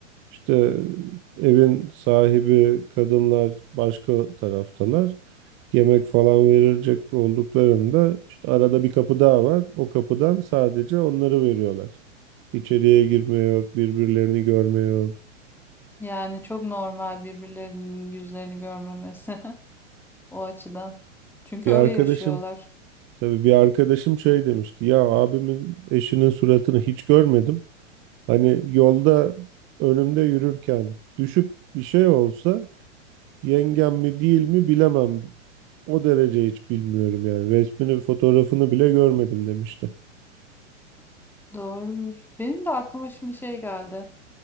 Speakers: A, on the right; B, in the centre.
A: İşte e, evin sahibi kadınlar başka taraftalar. Yemek falan verilecek olduklarında işte arada bir kapı daha var. O kapıdan sadece onları veriyorlar. İçeriye girme yok, birbirlerini görme yok.
B: Yani çok normal birbirlerinin yüzlerini görmemesi <laughs> o açıdan. Çünkü
A: Bir
B: öyle
A: arkadaşım
B: yaşıyorlar.
A: Tabii bir arkadaşım şey demişti. Ya abimin eşinin suratını hiç görmedim. Hani yolda önümde yürürken düşüp bir şey olsa yengem mi değil mi bilemem. O derece hiç bilmiyorum yani. Resmini, fotoğrafını bile görmedim demişti.
B: Doğrudur. Benim de aklıma şimdi şey geldi.